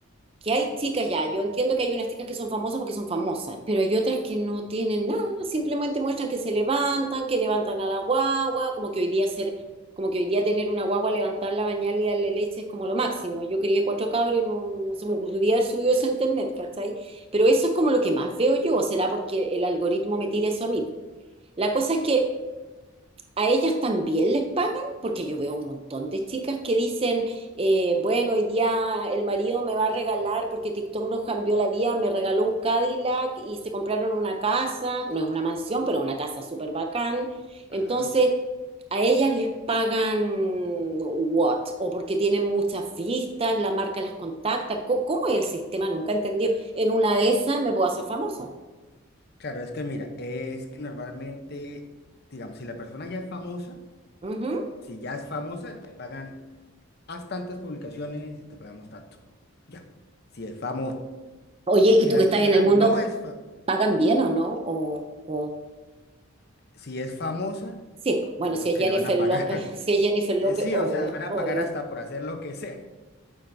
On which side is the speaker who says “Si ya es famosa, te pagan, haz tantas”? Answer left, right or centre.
Left